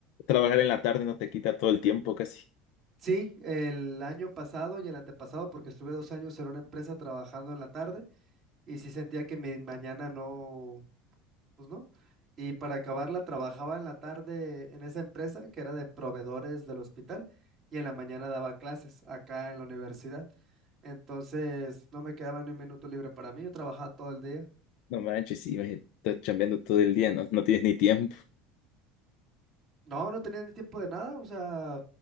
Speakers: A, on the left (about 65°); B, on the right (about 25°).
A: trabajar en la tarde no te quita todo el tiempo casi.
B: Sí, el año pasado y el antepasado, porque estuve dos años en una empresa trabajando en la tarde y sí sentía que mi mañana no, pues no. Y para acabarla, trabajaba en la tarde en esa empresa que era de proveedores del hospital y en la mañana daba clases acá en la universidad. Entonces, no me quedaba ni un minuto libre para mí, yo trabajaba todo el día.
A: No manches, sí, imagínate, estás chambeando todo el día, ¿no? No tienes ni tiempo,
B: No, no tenía ni tiempo de nada, o sea,